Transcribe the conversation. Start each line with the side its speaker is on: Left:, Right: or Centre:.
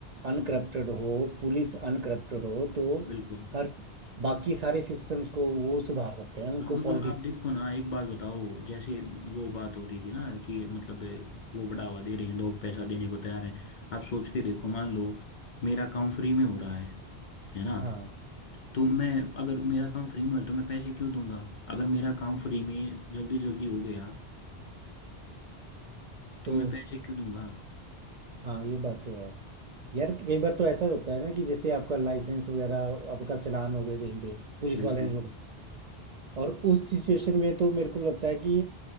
Right: अनकरप्टेड हो पुलिस अनकरप्टेड हो तो
Left: बिल्कुल
Right: हर बाकी सारे सिस्टम्स को वो सुधार सकते हैं उनको
Left: हाँ मतलब
Right: पॉलिटिक्स
Left: आप देखो ना एक बात बताओ जैसे वो बात हो रही थी ना कि मतलब वो बढ़ावा दे रहे हैं लोग पैसा देने को तैयार हैं आप सोच के देखो मान लो मेरा काम फ्री में हो रहा है है ना
Right: हाँ
Left: तो मैं अगर मेरा काम फ्री में हो रहा है तो मैं पैसे क्यों दूंगा अगर मेरा काम फ्री में जल्दी जल्दी हो गया
Right: तो
Left: तो मैं पैसे क्यों दूंगा
Right: हाँ ये बात तो है यार कई बार तो ऐसा होता है ना कि जैसे आपका लाइसेंस वगैरह आपका चालान हो गया कहीं पे पुलिस
Left: बिल्कुल
Right: वाले ने रोक दिया और उस सिचुएशन में तो मेरे को लगता है कि